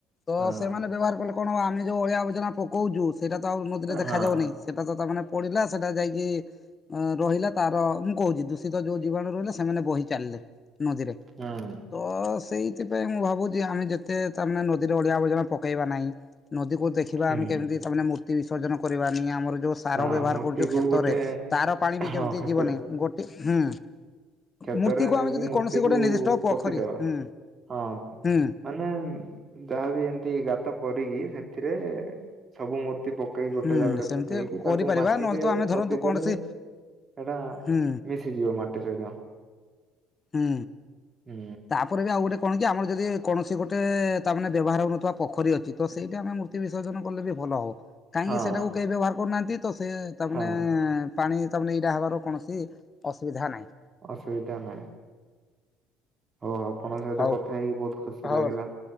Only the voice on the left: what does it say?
ତ
ସେମାନେ ବ୍ୟବହାର କଲେ କଣ ହବ ଆମେ ଯୋଉ ଅଳିଆ ଆବର୍ଜନା ପକୋଉଚୁ ସେରାତ ଆଉ ନଦୀରେ ଦେଖାଯାଉନିଁ।
ସେଟା ତ ତାମାନେ ପଡ଼ିଲା ସେଟା ଯାଇକି ଉଁ ରହିଲା ତାର ଉଁ କହୁଚି ଦୂଷିତ ଯୋଉ ଜୀବାଣୁ ରହିଲେ ସେମାନେ ବୋହି ଚାଲିଲେ ନଦୀରେ।
ତ ସେଇଥିପାଇଁ ମୁଁ ଭାବୁଚି ଆମେ ଯେତେ ତାମାନେ ନଦୀରେ ଅଳିଆ ଆବର୍ଜନା ପକେଇବା ନାଇଁ। ନଦୀକୁ ଦେଖିବା
ଆମେ କେମିତି ତାମାନେ ମୂର୍ତ୍ତି ବିସର୍ଜନ କରିବାନି ଆମର ଯୋଉ ସ୍ ତାର
ବ୍ୟବହାର
କରୁଚୁ କ୍ଷେତରେ
ତାର ପାଣି ବି
କେମିତି
ଯିବନି ଗୋଟେ ହୁଁ।
ମୂର୍ତ୍ତିକୁ
ଆମେ ଯଦି
କୌଣସି ଗୋଟେ ନିର୍ଦ୍ଦିଷ୍ଟ ପୋଖରୀ
ହୁଁ
ହୁଁ
ହୁଁ
ସେମିତି
କରିପାରିବା
ନହେଲେ ତ ଆମେ ଧରନ୍ତୁ
କୌଣସି
ହୁଁ
ହୁଁ।
ତାପରେ ବି ଆଉ ଗୋଟେ କଣ କି ଆମର ଯଦି କୌଣସି ଗୋଟେ ତା ମାନେ ବ୍ୟବହାର ହୋଉନଥିବା ପୋଖରୀ ଅଛି ତ ସେଇଟି ଆମେ ମୂ ର୍ତ୍ତି ବିସର୍ଜନ କଲେ ବି ଭଲ ହବ କାହିଁକି
ସେଟାକୁ କେହି ବ୍ୟବହାର କରୁନାହାନ୍ତି ତ ସେ ତାମାନେ
ପାଣି ତାମାନେ ଏଇଟା ହେବାର କୌଣସି ଅସୁବିଧା ନାହିଁ।
ହଉ
ହଉ